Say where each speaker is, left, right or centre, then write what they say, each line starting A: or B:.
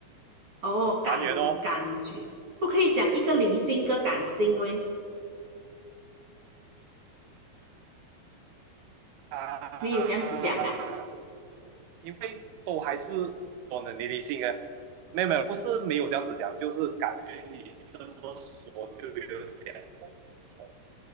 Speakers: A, on the right; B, on the right.
A: 哦，
B: 残缘哦
A: 感感觉不可以讲一个理性，一个感性喂，
B: 啊，
A: 没有这样子讲的啊
B: 因为都还是说呢，你理性啊，没有没有，不是没有这样子讲，就是感觉你这么说就有点笼统